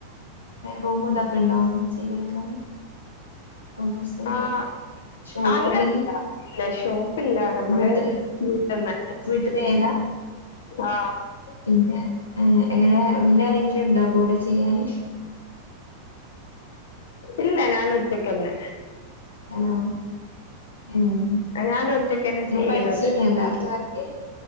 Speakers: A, on the left; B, on the left.
A: റൂമ ഇതൊക്കെ ഉണ്ടോ ചെയ്തെടുക്കാൻ ഓഫീസ് ആയിട്ട്
B: ആ
A: ഷോപ്പ്
B: അങ്ങനല്ല
A: ഉണ്ടെങ്കി
B: ഇല്ല ഷോപ്പില്ല നമ്മള്
A: വീട്ടൽ
B: വീട്ടിന്ന് തന്നെ
A: വീട്ടൽ ചെയ്യലാ
B: ആഹ്
A: പിന്നെ എ എങ്ങനെ പിന്നെ എന്തെങ്കിലും ഉണ്ടോ കൂടെ ചെയ്യാന്
B: ഇല്ല ഞാൻ ഒറ്റക്കന്നെ
A: ഹലോ ഏഹ്
B: ഞാൻ ഒറ്റക്കന്നെ
A: ഇങ്ങ്
B: ചെയ്യ്ണത്
A: പഠിച്ചീനോ ക്രാഫ്റ്റ് വർക്ക്